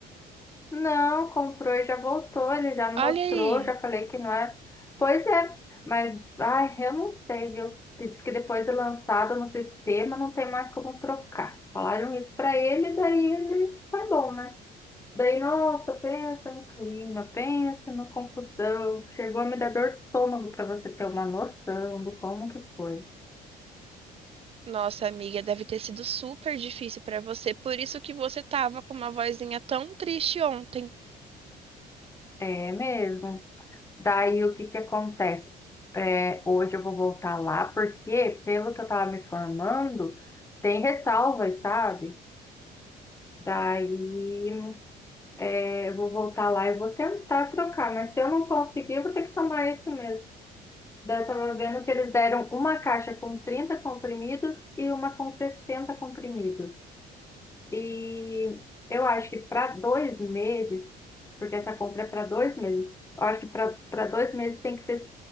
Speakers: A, on the left; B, on the right.
A: Não, comprou e já voltou, ele já não
B: Olha
A: mostrou,
B: aí.
A: já falei que não é. Pois é, mas, ai, eu não sei, eu disse que depois de lançado no sistema não tem mais como trocar. Falaram isso para ele, daí ele tá bom, né? Daí, nossa, pensa no clima, pensa na confusão. Chegou a me dar dor de estômago para você ter uma noção do como que foi.
B: Nossa, amiga, deve ter sido super difícil para você, por isso que você tava com uma vozinha tão triste ontem.
A: É mesmo. Daí, o que que acontece? É, hoje eu vou voltar lá porque, pelo que eu tava me formando, tem ressalvas, sabe? Daí, é, eu vou voltar lá e vou tentar trocar, mas se eu não conseguir, eu vou ter que tomar esse mesmo. Daí eu tava vendo que eles deram uma caixa com 30 comprimidos e uma com 60 comprimidos. E eu acho que para dois meses, porque essa compra é para dois meses, eu acho que para dois meses tem que ser